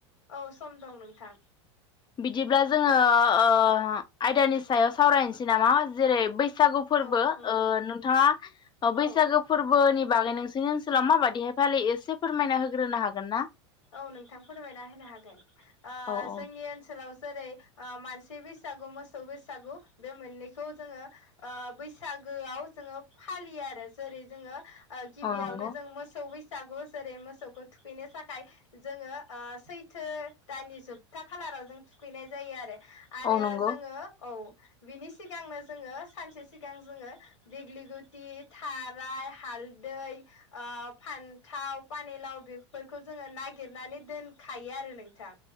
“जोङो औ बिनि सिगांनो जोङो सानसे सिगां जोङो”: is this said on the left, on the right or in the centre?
Left